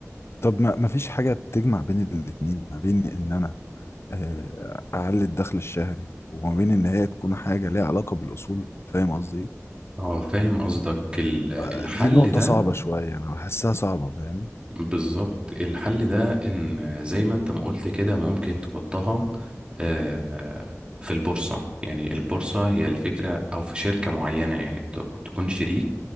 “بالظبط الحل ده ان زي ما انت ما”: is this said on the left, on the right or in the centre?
Right